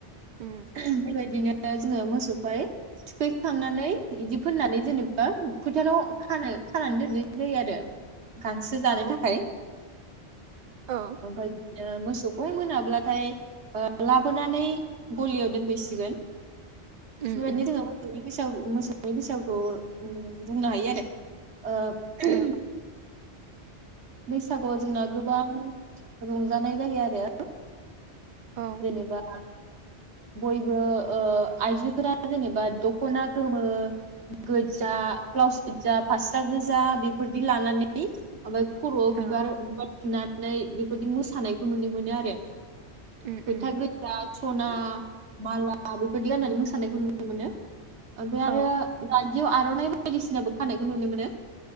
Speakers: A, on the right; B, on the right.
A: उम
B: <unintelligible> बेदिनो जोङो मोसौहाय थुखैखांनानै बिदि फोननानै जेनेबा फोथाराव खानो खानानै दोनहैनाय जायो आरो गांसो जानो
A: औ
B: थाखाय
A: औ
B: ओमफ्राय बिदिनो मोसौ गय मोनाब्लाथाय लाबोनानै गलियाव दोनफैसिगोन
A: उम
B: बे बादिनो
A: उम
B: जों मोसौनि बैसागु बैसागुखौ बुंनो हायो आरो ओ
A: औ
B: बैसागुआव जोंना गोबां रंजानाय जायो आरो।
A: औ
B: जेनेबा बयबो आइजोफोरा जेनेबा दख'ना गोमो गोजा ब्लाउस गोजा फास्रा गोजा बेफोरदि लानानै ओमफ्राय खर'आव
A: ओं
B: बिबार-बिबार थुना नै बेफोरदि मोसानायखौ नुनो मोनो आरो
A: उम
B: फोथा
A: उम
B: गोदजा सना माला बे बिदि होननानै मोसानायखौ नुनो मोनो ओमफ्राय
A: औ
B: आरो दा बियाव आर'नाइ बायदिसिनाबो खानायखौ नुनो मोनो।